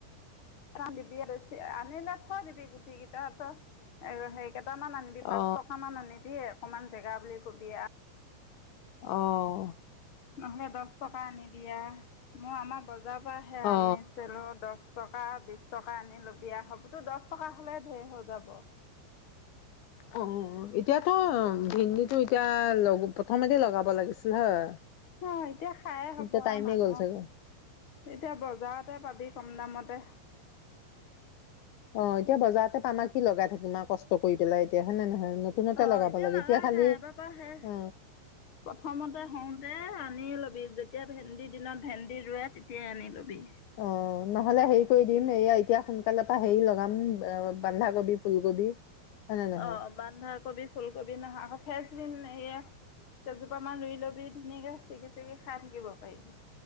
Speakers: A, on the left; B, on the left.
A: কাৰ দিবি বেছি আনিলে থোৱা দিবি গুটি কেইটাৰ সেই কেইটামান আনিবি পাঁচ
B: অ
A: টকামান আনিবি অকণমান জেগা বুলি কবি আৰু
B: অহ
A: নহলে দহ টকা আনি দিয়া মই আমাৰ বজ‌া তাপৰাহে
B: অ
A: আনিছিলো দহ টকা বিশ টকা আনি ল'বিয়া হ'বতো দহ টকা হলে ধেৰ হৈ যাব
B: অ এতিয়াতো ভেন্দিটো এতিয়া লগ প্ৰথমতে লগাব লাগিছিল হয়
A: অ এতিয়া খাইে হব
B: এতিয়া টাইমে
A: আৰু মানুহ
B: গ'ল চাগে
A: এতিয়া বজাৰতে পাবি কম দামতে
B: অ এতিয়া বজাৰতে পাম কি লগাই থাকিম আৰু কষ্ট কৰি পেলাই এতিয়া হয় নে নহয় নতুনতে
A: অ
B: লগাব
A: এতিয়া
B: লাগে
A: নালাগে
B: খালি
A: এবাৰ পৰা সেই
B: অ
A: প্ৰথমতে হওঁতে আনি ল'বি যেতিয়া ভেন্দি দিনত ভেন্দি ৰুৱে তেতিয়াই আনি ল'বি
B: অ নহ'লে হেৰি কৰি দিম এয়া এতিয়া সোনকালৰ পৰা হেৰি লগাম বন্ধাকবি, ফুলকবি হয় নে নহয়
A: অ বন্ধাকবি, ফুলকবি নহা আকৌ ফেজ এই কেইজোপা মান ৰুই ল'বি ধুনীয়াকে চেগি চেগি খাই থাকিব পাৰিবি